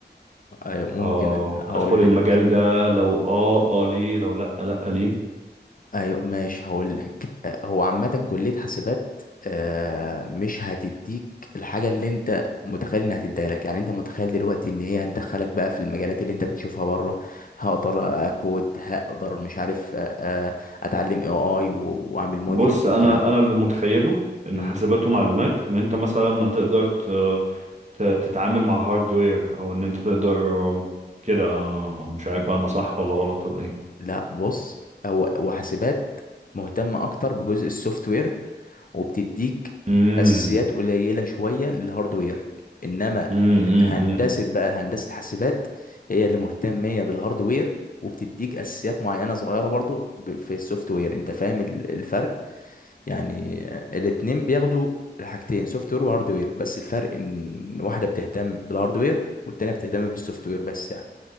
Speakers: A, on the left (about 50°); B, on the right (about 40°).
A: ايوه ممكن
B: آه،
A: أن- هقول
B: ادخل
A: لك
B: المجال ده لو اه اه ليه لو لا لا ليه
A: ايوه ماشي هقول لك آه، هو عامه كليه حاسبات آه، مش هتديك الحاجه اللي انت متخيل انها هتديها لك يعني انت متخيل دلوقتي ان هي هتدخلك بقى في المجالات اللي انت بتشوفها بره هقدر اكود هقدر مش عارف آه، آه، اتعلم اي اي واعمل موديل
B: بص
A: والكلام
B: انا
A: ده
B: انا اللي متخيله ان
A: مم.
B: حاسبات ومعلومات ان انت مثلا هتقدر ت- ت- تتعامل مع هاردوير او ان انت تقدر آه، كده آه، مش عارف بقى انا صح ولا غلط ولا ايه
A: لا بص هو وحاسبات مهتمه اكتر بجزء السوفت وير وبتديك
B: امم
A: اساسيات قليله شويه للهاردوير انما
B: امم
A: هندسه
B: امم
A: بقى هندسه حاسبات هي اللي مهتميه بالهاردوير وبتديك اساسيات معينه صغيره برضو ب- في السوفت وير انت فاهم ال- الفرق يعني آه، الاتنين بياخدوا الحاجتين سوفت وير وهاردوير بس الفرق ان واحده بتهتم بالهاردوير والتانيه بتهتم بالسوفت وير بس يعني